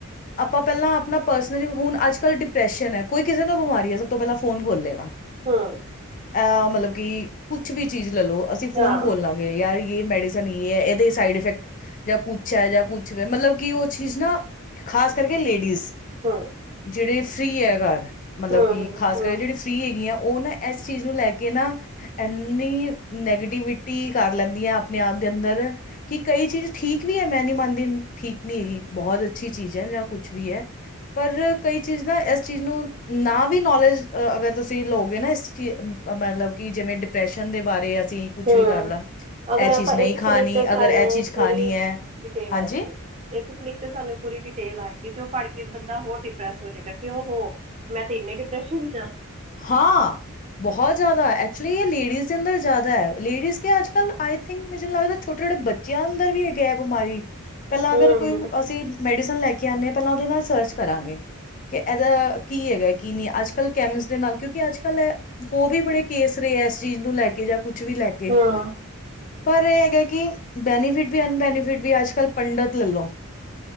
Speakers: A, on the left; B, on the right.
A: ਆਪਾਂ ਪਹਿਲਾਂ ਆਪਣਾ ਪਰਸਨਲ, ਹੁਣ ਅੱਜ ਕੱਲ੍ਹ ਡਿਪਰੈਸ਼ਨ ਹੈ, ਕੋਈ ਕਿਸੇ ਨੂੰ ਬਿਮਾਰੀ ਹੈ ਸਭ ਤੋਂ ਪਹਿਲਾਂ ਫੋਨ ਖੋਲੇਗਾ।
B: <unintelligible>
A: ਅ ਮਤਲਬ ਕਿ ਕੁਛ ਵੀ ਚੀਜ਼ ਲੈਲੋ ਅਸੀਂ ਫੋਨ
B: ਹਾਂ
A: ਖੋਲ ਲਾਗੇ ਯਾਰ ਇਹ ਮੈਡੀਸਨ ਯੇ ਹੈ ਇਹਦੇ ਸਾਈਡ ਇਫੈਕਟ ਜਾਂ ਕੁਛ ਹੈ ਜਾਂ ਕੁਛ ਵੀ ਮਤਲਬ ਕਿ ਉਹ ਚੀਜ਼ ਨਾ ਖ਼ਾਸ ਕਰਕੇ ਲੇਡੀਜ਼
B: <unintelligible>
A: ਜਿਹੜੇ ਫਰੀ ਹੈ ਘਰ ਮਤਲਬ
B: ਹੂੰ
A: ਕੀ ਖਾਸ
B: ਹੂੰ
A: ਕਰ ਜਿਹੜੀ ਫੀ ਹੈਗੀੀਆਂ ਉਹ ਨਾ ਇਸ ਚੀਜ਼ ਨੂੰ ਲੈ ਕੇ ਨਾ ਇਨੀ ਨੈਗੇਟੀਿਵਿਟੀ ਕਰ ਲੈਂਦੀ ਆ ਆਪਣੇ ਆਪ ਦੇ ਅੰਦਰ ਕਿ ਕਈ ਚੀਜ਼ ਠੀਕ ਵੀ ਹੈ ਮੈਂ ਨੀ ਮੰਨਦੀ ਠੀਕ ਨਹੀਂੀ ਹੈਗੀ ਬਹੁਤ ਅੱਛੀ ਚੀਜ਼ ਹੈ ਜਾਂ ਕੁਛ ਵੀ ਹੈ ਪਰ ਕਈ ਚੀਜ਼ ਨਾ ਇਸ ਚੀਜ਼ ਨੂੰ ਨਾ ਵੀ ਨੌਲੇਜ ਅਗਰ ਤੁਸੀਂ ਲਓਗੇ ਨਾ ਇਸ ਚੀਜ਼ ਮਤਲਬ ਕਿ ਜਿਵੇਂ ਡਿਪਰੈਸ਼ਨ ਦੇ ਬਾਰੇ ਅਸੀਂ ਕੁਛ
B: ਹਮ,
A: ਵੀ ਕਰ ਲਾਂ
B: ਅਗਰ
A: ਇਹ ਚੀਜ਼
B: ਆਪਾਂ
A: ਨਹੀਂ
B: ਇੱਕ
A: ਖਾਣੀ
B: ਕਲਿਕ ਤੇ ਸਾਨੂੰ
A: ਅਗਰ ਇਹ ਚੀਜ਼
B: ਪੂਰੀ
A: ਖਾਣੀ ਹੈ
B: ਡਿਟੇਲ
A: ਹਾਂਜੀ
B: ਆਏਗੀ। ਇੱਕ ਕਲਿੱਕ ਤੇ ਸਾਨੂੰ ਪੂਰੀ ਡਿਟੇਲ ਆਏਗੀ ਤੇ ਉਹ ਪੜ੍ਹ ਕੇ ਬੰਦਾ ਹੋਰ ਡਿਪਰੈਸ ਹੋ ਜਾਵੇਗਾ ਕਿਂ ਓਹੋ ਮੈਂ ਤੇ ਇੰਨੇ ਡਿਪਰੈਸ਼ਨ ਚ ਆ
A: ਹਾਂ ਬਹੁਤ ਜ਼ਿਆਦਾ ਐਕਚੁਲੀ ਇਹ ਲੇਡੀਜ਼ ਦੇ ਅੰਦਰ ਜ਼ਿਆਦਾ ਹੈ ਲੇਡੀਜ਼ ਕਿ ਆਜ ਕੱਲ ਆਏ ਥਿੰਕ ਮੈਨੂੰ ਲੱਗਦਾ ਛੋਟੇ ਛੋਟੇ ਬੱਚਿਆਂ ਅੰਦਰ ਵੀ ਹੈਗੇ ਹੈ ਬਿਮਾਰੀ ਪਹਿਲਾਂ
B: ਹੂੰ
A: ਅਗਰ ਕੋਈ ਅਸੀਂ ਮੈਡੀਸਨ ਲੈ ਕੇ ਆਉਂਦੇ ਹਾਂ ਪਹਿਲਾਂ ਉਹਦੇ ਨਾਲ ਸਰਚ ਕਰਾਂਗੇ ਕਿ ਇਹਦਾ ਕੀ ਹੈਗਾ ਕੀ ਨਹੀਂ ਅੱਜ ਕੱਲ੍ਹ ਕੈਮਿਸ ਦੇ ਨਾਲ ਕਿਉਂਕਿ ਅੱਜ ਕੱਲ ਹੈ ਹੋਰ ਵੀ ਬੜੇ ਕੇਸ ਰਹੇ ਆ ਇਸ ਚੀਜ਼ ਨੂੰ ਲੈ ਕੇ ਜਾਂ ਕੁੱਛ ਵੀ ਲੈ ਕੇ ਕੇ
B: ਹੂੰ
A: <inaudible> ਪਰ ਇਹ ਹੈਗਾ ਕਿ ਬੈਨੀਫਿਟ ਵੀ ਅਨਬੈਨੀਫਿਟ ਵੀ ਅੱਜ ਕੱਲ੍ਹ ਪੰਡਤ ਲੈ ਲੋ